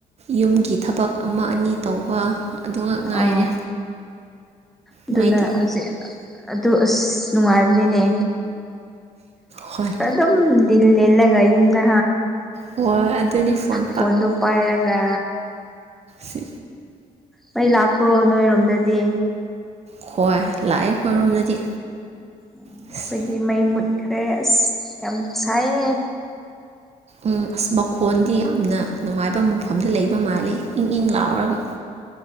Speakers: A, on the right (about 50°); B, in the centre.
A: ꯌꯨꯝꯒꯤ ꯊꯕꯛ ꯑꯃ ꯑꯅꯤ ꯇꯧꯕ ꯑꯗꯨꯒ ꯉꯥꯏꯔꯦ
B: ꯑꯣ ꯑꯗꯨꯅ
A: ꯅꯣꯏꯗꯤ
B: ꯍꯧꯖꯤꯛ ꯑꯗꯨ ꯑꯁ ꯅꯨꯡꯉꯥꯏꯕꯅꯤꯅꯦ
A: ꯍꯣꯏ
B: ꯑꯗꯨ ꯑꯗꯨꯝ ꯂ ꯌꯨꯝꯗ
A: ꯍꯣꯏ ꯑꯗꯨꯅꯤ ꯐꯣꯟ
B: ꯐꯣꯟꯗꯣ ꯄꯥꯏꯔꯒ
A: ꯁꯤ
B: ꯃꯩ ꯂꯥꯛꯄ꯭ꯔꯣ ꯅꯣꯏꯔꯣꯝꯗꯗꯤ
A: ꯍꯣꯏ ꯂꯥꯛꯑꯦ ꯑꯩꯈꯣꯏꯔꯣꯝꯗꯗꯤ
B: ꯑꯩꯈꯣꯏꯗꯤ
A: ꯑꯁ
B: ꯃꯩ ꯃꯨꯠꯈ꯭ꯔꯦ ꯑꯁ ꯌꯥꯝ ꯁꯥꯏꯌꯦ
A: ꯎꯝ ꯑꯁ ꯃꯈꯣꯟꯗꯤ ꯌꯥꯝꯅ ꯅꯨꯡꯉꯥꯏꯕ ꯃꯐꯝꯗ ꯂꯩꯕ ꯃꯥꯜꯂꯦ ꯏꯪ ꯏꯪ ꯂꯥꯎꯔꯒ